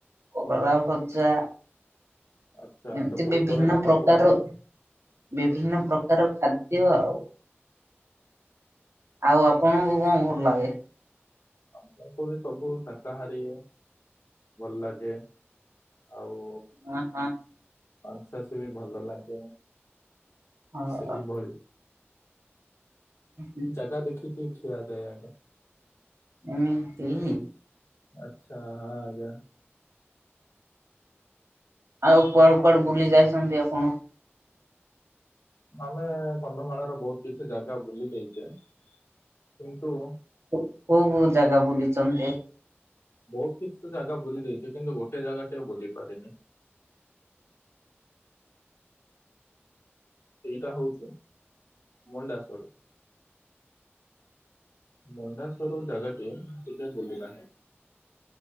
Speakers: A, on the right; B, on the left.
A: କଲରା ଭଜଜା।
B: ଆଚ୍ଛା ଆଚ୍ଛା
A: ଏମିତି
B: ବହୁତ
A: ବିଭିନ୍ନ
B: ବଢିଆ ଲାଗୁଥିବ
A: ପ୍ରକାରର। ବିଭିନ୍ନ ପ୍ରକାର ଖାଦ୍ୟ ଆଉ। ଆଉ ଆପଣଙ୍କୁ କଣ ଭଲ ଲାଗେ?
B: ଆମଙ୍କୁ ବି ସବୁ ସାକାହାରୀ ଭଲ ଲାଗେ। ଆଉ
A: ଆଁ ଆଁ
B: ମାଂସସୀ ବି ଭଲ ଲାଗେ।
A: ହଁ
B: ସେଇଭଳି।
A: ଉଁ
B: ଜାଗା ଦେଖିକିକ ଖିଆ ଯାଏ ଆଗେ।
A: ଏମିତି
B: ଆଚ୍ଛା ଆଜ୍ଞା।
A: ଆଉ କୁଆଡୁ କୁଆଡୁ ବୁଲି ଯାଇଛନ୍ତି ଆପଣ।
B: ଆମେ କନ୍ଧମାଳର ବହୁତ କିଛି ଜାଗା ବୁଲି ଦେଇଚେ କିନ୍ତୁ।
A: କୋ କୋଉ କୋଉ ଜାଗା ବୁଲିଚନ୍ତି।
B: ବହୁତ କିଛି ତ ଜାଗା ବୁଲି ଦେଇଚି କିନ୍ତୁ ଗୋଟେ ଜାଗା ଟେ ବୁଲି ପାରିନି।
A: <inaudible>
B: ସେଇଡା ହୋଉଛି ମଣ୍ଡାସରୁ। ମଣ୍ଡାସରୁ ଜାଗା ଟିଏ ଟିକେ ବୁଲିନାହିଁ।